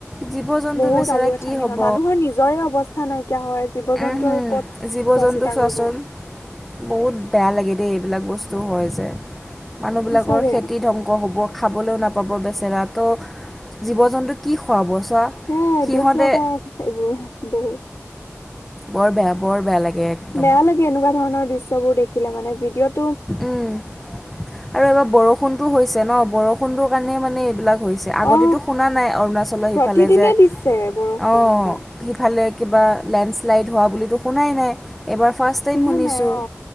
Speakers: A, in the centre; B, on the left (about 65°).
A: জীৱ জন্তু
B: বহুত
A: বেচেৰা
B: আলু আথানী
A: কি হ'ব
B: হয় মানুহৰ নিজৰে অৱস্থা নাইকিয়া হয়। জীৱ জন্তু
A: উম হুম
B: আৰু ক'ত
A: জীৱ-জন্তু
B: চোৱা চিতা
A: চোৱাচোন।
B: কৰিব
A: বহুত বেয়া লাগে দেই এইবিলাক বস্তু হয় যে মানুহবিলাকৰ
B: সঁচাকে
A: খেতি ধ্বংস হ'ব। খাবলৈও নাপাব বেচেৰা ত' জীৱ-জন্তু কি খুৱাব। চোৱা
B: হেয়া
A: সিহঁতে
B: দুখ লগা এইবোৰ বহুত।
A: বৰ বেয়া, বৰ বেয়া লাগে- একদম
B: বেয়া লাগে এনেকুৱা ধৰণৰ দৃশ্যবোৰ দেখিলে মানে ভিডিঅ'ত
A: উম আৰু এইবাৰ বৰষুণটো হৈছে ন বৰষুণটো কাৰণে মানে এইবিলাক - হৈছে আগতেতো
B: অ
A: শুনা নাই অৰুণাচলৰ
B: প্ৰতিদিনে
A: সিফালে যে
B: দিছে বৰষুণ
A: অ
B: এবাৰ
A: সিফালে - কিবা লেণ্ডশ্লাইড হোৱা বুলিতো শুনাই নাই এবাৰ ফাৰ্ষ্ট টাইম
B: শুনা
A: শুনিছোঁ।
B: নাই অ